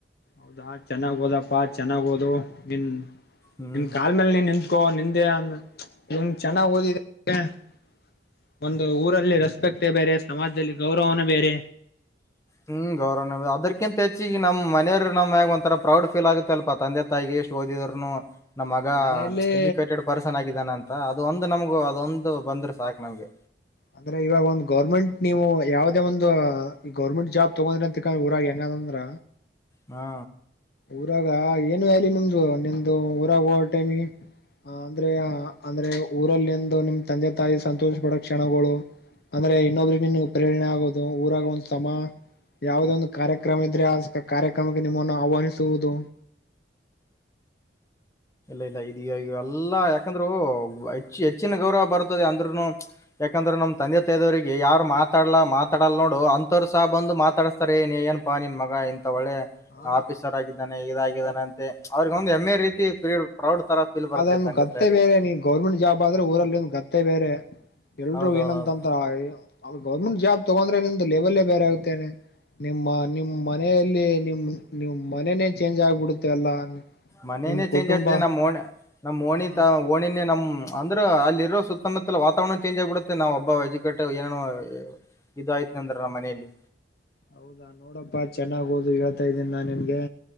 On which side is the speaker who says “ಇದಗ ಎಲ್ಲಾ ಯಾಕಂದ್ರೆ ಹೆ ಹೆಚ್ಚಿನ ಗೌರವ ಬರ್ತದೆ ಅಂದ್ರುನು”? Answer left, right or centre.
Left